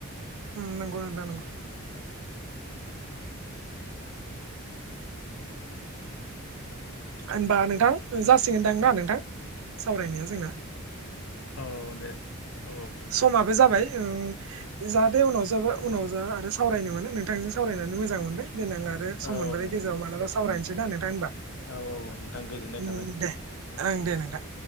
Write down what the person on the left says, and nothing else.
औ
औ दे औ
औ
नंगौ
नंगौ
औ औ औ नोंथां गोजोननाय
थाबाय